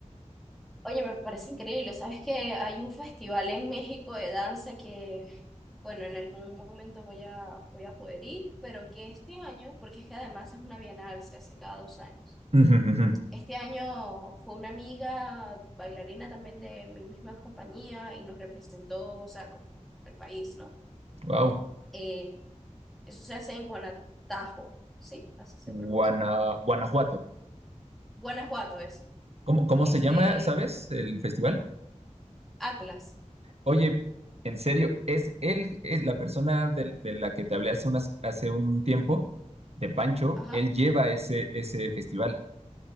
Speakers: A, in the centre; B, on the right.
A: Oye, me parece increíble. ¿Sabes que hay un festival en México de danza que, bueno, en algún momento voy a, voy a poder ir, pero que este año, porque es que además es una bienal, se hace cada dos años.
B: <laughs>
A: Este año fue una amiga bailarina también de mi misma compañía y nos representó, o sea, como al país, ¿no?
B: Wow.
A: Eh, eso se hace en Guanatajo, sí, así se pronuncia.
B: Guana- Guanajuato.
A: Guanajuato es.
B: ¿Cómo, cómo
A: Este,
B: se llama, sabes, el festival?
A: Atlas.
B: Oye, en serio, es él, es la persona del- de, la que te hablé hace unas, hace un tiempo, de Pancho,
A: Ajá.
B: él lleva ese, ese festival.